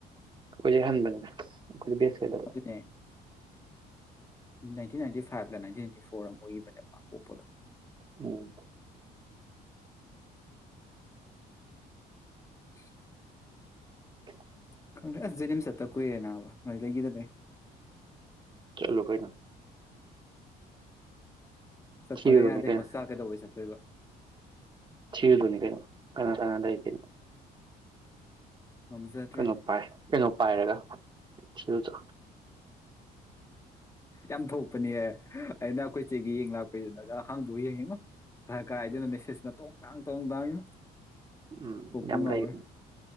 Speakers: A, on the right (about 25°); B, on the left (about 15°).
A: ꯑꯈꯣꯏ <inaudible>
B: ꯑꯗꯨꯅꯦ ꯅꯥꯏꯟꯇꯤ ꯅꯥꯏꯟꯇꯤꯐꯣꯔ ꯐꯥꯏꯚꯂ ꯅꯥꯏꯟꯇꯤꯟ ꯅꯥꯏꯇꯤ ꯐꯣꯔ ꯑꯃ ꯑꯣꯏꯒꯤꯕꯅꯦꯕ ꯃꯥ ꯄꯣꯛꯄꯗꯣ
A: ꯎꯝ
B: <inaudible>
A: <inaudible>
B: ꯀꯈꯪꯗꯔ꯭ꯦ ꯖꯅꯤꯝꯁꯆꯠꯇ ꯀꯨꯏꯔꯦ ꯅꯥꯕ ꯅꯣꯏ ꯂꯩꯈꯤꯗꯅꯦ
A: ꯆꯠꯂꯣ ꯀꯥꯩꯅꯣ
B: ꯁꯠꯄꯒ
A: ꯊꯤꯔꯨꯗꯣꯏꯅꯤ
B: ꯌꯥꯗꯦ
A: ꯀꯩꯅꯣ
B: ꯍꯣꯁ ꯁꯥꯀꯗꯧꯕꯩ ꯁꯦ ꯁꯕ
A: ꯊꯤꯔꯨ ꯇꯣꯅꯤ ꯀꯩꯅꯣ ꯀꯥꯅꯥ ꯀꯅꯥ ꯂꯩ ꯗ
B: ꯉꯝꯖꯗ꯭ꯔꯦ
A: ꯀꯩꯅꯣ ꯄꯥꯏ ꯀꯩꯅꯣ ꯄꯥꯏꯔꯒ ꯆ ꯗ
B: ꯌꯥꯝ ꯊꯣꯛꯄꯅꯦ ꯑꯩꯅ ꯑꯩꯈꯣꯏꯆꯦꯒꯤ ꯌꯦꯡ ꯂꯥꯛꯄꯩꯗꯨꯅꯒ ꯍꯥꯡꯗꯣꯛ ꯑ ꯌꯦꯡꯉꯤꯅꯣ ꯈꯔ ꯀꯥꯔꯥꯏꯗꯩꯅꯣ ꯃꯦꯁꯦꯁꯅ ꯇꯣꯡ ꯇꯥꯡ ꯇꯣꯡ ꯇꯥꯡꯣ
A: ꯎꯝ
B: ꯀꯣꯛ ꯄꯨ
A: ꯌꯥꯝ
B: ꯉꯥꯎꯋꯦ
A: ꯂꯩꯕꯅꯤ